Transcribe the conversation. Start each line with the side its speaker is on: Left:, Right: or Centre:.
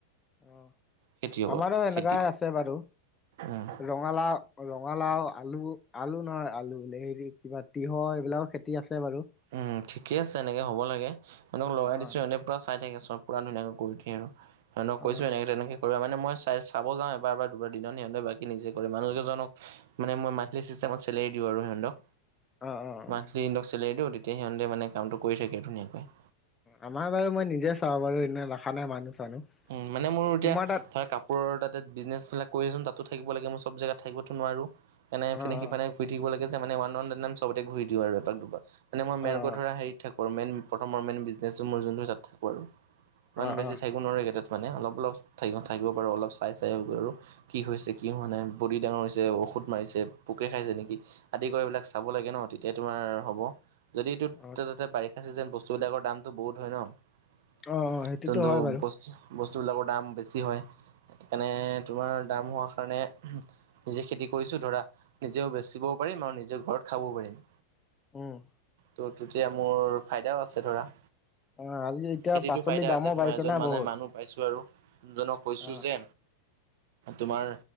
Left: অ
Right: খেতিয়কত
Left: আমাৰো এনেকুৱাই
Right: খেতিত
Left: আছে বাৰু
Right: উম।
Left: ৰ ৰঙালাও ৰঙালাও আলু আলু নহয় আলু বোলে হে কিবা তিঁহৰ এইবিলাকও খেতি আছে বাৰু।
Right: উম ঠিকে আছে এনেকৈ হ'ব লাগে এনক লগাই
Left: অ',
Right: দিছোঁ এনেই পৰা চাই থাকে চব। পুৰা ধুনীয়াকৈ কৰি দিয়ে আৰু সিহঁতক
Left: অ',
Right: কৈছো এনেকে তেনেকে কৰিব মানে মই চাই চাব যাওঁ এবাৰ এবাৰ দুবাৰ দিনত সিহঁতে বাকী নিজে কৰি মানুহ কেজনক মানে মই মান্থলি চিষ্টেমত চেলাৰ দিও আৰু সিহঁতক।
Left: অ', অ', অ',
Right: মান্থলি ইহতক চেলোৰীটো তেতিয়া সিহঁতে মানে কামটো কৰি থাকে ধুনীয়াকৈ।
Left: আমাৰ বাৰু মই নিজে চাওঁ বাৰু এনে ৰখা নাই মানুহ চানুহ।
Right: উ মানে মোৰ এতিয়া
Left: তোমাৰ তাত
Right: ধৰা কাপোৰ ওপৰ তাতে বিজনেছ বিলাক কৰি আছো তাতো থাকিব লাগে মই চব জেগাত থাকিব নোৱাৰোঁ। এনে
Left: অ',
Right: সেইনে সিফি
Left: অ',
Right: ঘূৰি থাকিব লাগে যে মানে ৱ ৱ চবতে ঘূৰি দি আৰু এপাক দুবাক। মানে মই মেইনকৈ
Left: অ', অ',
Right: ধৰা হেৰিত থাকোঁ আৰু মেইন প্ৰথম মেইন বিজনেছচটো মোৰ যোনটো তাত থাকোঁ আৰু। ইমান
Left: অ',
Right: বেছি
Left: অ',
Right: থাকিবো নোৱাৰু কেইটাত মানে অলপ অলপ থ-থাকিব পাৰো অলপ চাই চাই আৰু। কি হৈছে কি হোৱা নাই বডি ডাঙৰ হৈছে ঔষধ মাৰিছে পোকে খাইছে নেকি। আদি কৰি এইবিলাক চাব লাগে ন তেতিয়া তোমাৰ হ'ব। যদি এইটো
Left: অ',
Right: তে বাৰিষা চিজন বস্তুবিলাকৰ দামটো বহুত হয় ন।
Left: অ', সেইটোতো
Right: কিন্তু
Left: হয় বাৰু
Right: বস্তু বস্তুবিলাকৰ দাম বেছি হয়। এনে তোমাৰ দাম হোৱাৰ কাৰণে নিজে খেতি কৰিছোঁ ধৰা নিজেও বেচিবও পাৰিম আৰু নিজেও ঘৰত খাবও পাৰিম।
Left: উম।
Right: ত তেতিয়া মোৰ ফাইদাও আছে ধৰা।
Left: অ', আজি এতিয়া
Right: খেতিতো
Left: পাচলিৰ
Right: ফাইদা
Left: দামো
Right: আছে তোমাৰ
Left: বাঢ়িছে
Right: এজন
Left: না
Right: মানে
Left: বহুত
Right: মানুহ মই পইছোঁ আৰু এজনক কৈছোঁ
Left: অ',
Right: যে তোমাৰ